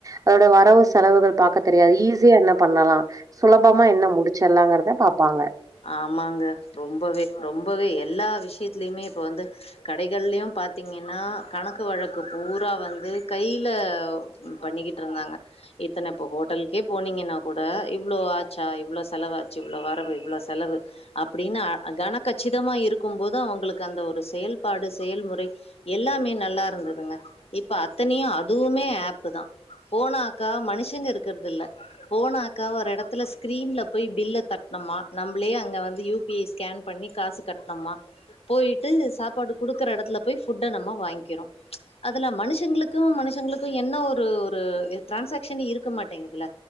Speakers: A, on the right (about 35°); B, on the left (about 80°).
A: அதோட வரவு செலவுகள் பாக்க தெரியாது ஈஸியா என்ன பண்ணலா சுலபமா என்ன முடிச்சிர்லாங்கறத பாப்பாங்க
B: ஆமாங்க ரொம்பவே ரொம்பவே எல்லா விஷயத்துலயுமே இப்போ வந்து கடைகள்லயும் பாத்தீங்கன்னா கணக்கு வழக்கு பூரா வந்து கைல பண்ணிக்கிட்டு இருந்தாங்க இத்தன இப்போ ஹோட்டலுக்கே போனீங்கன்னா கூட இவ்ளோ ஆச்சா இவ்ளோ செலவாச்சு இவ்ளோ வரவு இவ்ளோ செலவு அப்டின்னு அகான கச்சிதமா இருக்கும் போது அவங்களுக்கு அந்த ஒரு செயல்பாடு செயல்முறை எல்லாமே நல்லா இருந்ததுங்க இப்ப அத்தனையும் அதுவுமே ஆப்பு தா போனாக்கா மனுஷங்க இருக்கறது இல்ல போனாக்கா ஒரு இடத்துல ஸ்கிரீன்ல போய் பில்ல தட்னமா நம்ளே அங்கே வந்து யூ பி ஐ ஸ்கேன் பண்ணி காசு கட்ணமா போயிட்டு சாப்பாடு கொடுக்கற எடத்துல போய் ஃபுட்ட நம்ம வாங்கிறோ அதுல மனுஷங்களுக்கும் மனுஷங்களுக்கும் என்ன ஒரு ஒரு டிரான்சாகஷன் இருக்க மாட்டேங்குதுல